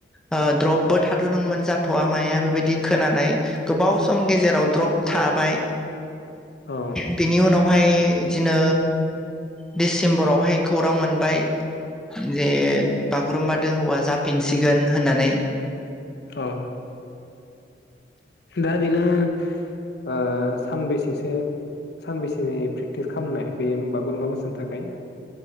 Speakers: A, in the centre; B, on the left.
A: ओ द्रपबो थाथ'दोंमोन जाथ'वा माया बेबायदि खोनानै गोबाव सम गेजेराव द्रप थाबाय
B: <inaudible> औ
A: बिनि उनावहाय बिदिनो दिडसेम्बरावहाय खौरां मोनबाय। जे बागुरुम्बा दोहौवा जाफिनसिगोन होननानै
B: औ दा ओरैनो ओ सानबेसेसो सानबेसे प्रेकटिस खालामनाय बे बागुरुम्बा मोसानो थाखाय